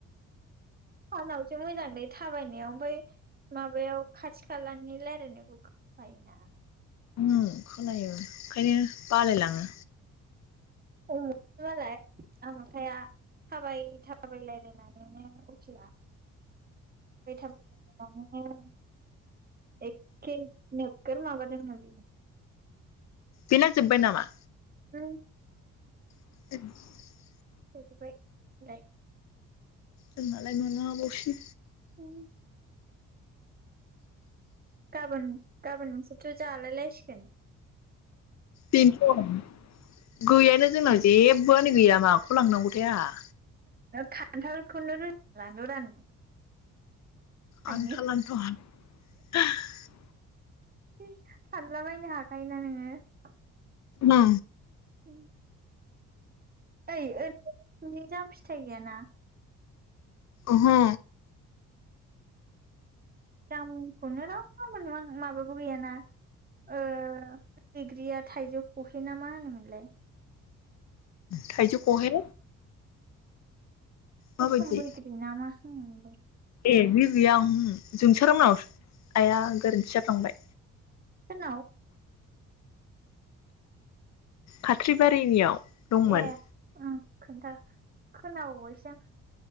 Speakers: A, on the right; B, on the left.
A: सानावसो मोजांलै थाबायनायाव ओमफाय माबायाव खाथि खालानि रायलायनायखौ खोनाफायो ना
B: उम खोनायो ओंखायनो बालायलाङो
A: <unintelligible> मालाय आमोखाया थाबाय थाबाय रायलायनानैनो उखिला थाबाय थाबायनानैनो एखे नोगोर माबादों नो बियो
B: बेना जोब्बाय नामा?
A: उम
B: <unintelligible>
A: जोबजोबबाय मालाय
B: जोंनालाय माला हाबावसि
A: उम गाबोन गाबोन नोंसोरथ जालायलायसिगोन?
B: <unintelligible> गैयानो जोंनाव जेबोआनो गैया माखौ लांनांगौ आहा
A: खान्थालखौनो <unintelligible> थाइनै
B: आनथ लानथ <unintelligible>
A: <unintelligible> फानलाबायनो हाखायोना नोङो
B: मा
A: ओं ओइ ओरैनि जाम फिथाइ गैया ना
B: ओहो
A: जामुनखौनो रावनावबो मोनलाआं माबाबो गैयाना ओ बैग्रिया थाइजौ खहे ना मा होनोमोनलाय
B: थाइजौ खहे माबायदि
A: अ सम बैग्रि नामा उम नंगौ
B: बि गैया आं जोंसारमोनावसो आइया गोरोन्थि जा फ्लांबाय
A: हेल
B: फाख्रिबारिनियाव दंमोन
A: ए ओं खोन्था खोनाबावबायसो आं